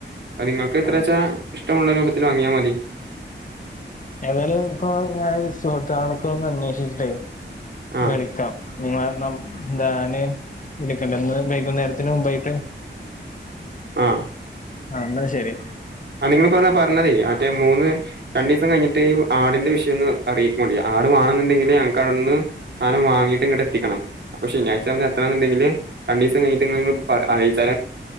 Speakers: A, on the right; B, on the left.
A: അത് നിങ്ങക്ക് എത്രെച്ചാ
B: ആഹ്
A: ഇഷ്ടമുള്ള രൂപത്തില് വങ്ങ്യാ മതി
B: ഏതായാലും ഇപ്പൊ ഞാന് സുഹൃത്താളോടൊക്കൊന്ന് അന്വേഷിച്ച്ട്ടെ
A: ആഹ്
B: വിളിക്കാം നിങ്ങളാ <unintelligible> ന്താന്. വിളിക്കണ്ടെന്ന്. വൈകുന്നേരത്തിന് മുമ്പായിട്ട്.
A: ആഹ്
B: ആഹ്. ന്നാ ശെരി.
A: ആഹ് നിങ്ങൾ <unintelligible> പറഞ്ഞതേ മറ്റേ മൂന്ന് രണ്ടീസം കയ്ഞ്ഞിട്ട് ആടിന്റെ വിഷയൊന്ന് അറിയിക്കാേണ്ടി. ആട് മാണെന്ന്ണ്ടെങ്കില് ഞങ്ങക്കതൊന്ന് സാനം വാങ്ങീട്ട് ഇങ്ങട്ടെ ത്തിക്കണം. അപ്പൊ ശനിയാഴ്ച എത്രാന്ന്ണ്ടെങ്കില് രണ്ടീസം കഴിഞ്ഞിട്ട് ങ്ങള് ങ്ങള് പറയാ. അ റീച്ചാലാ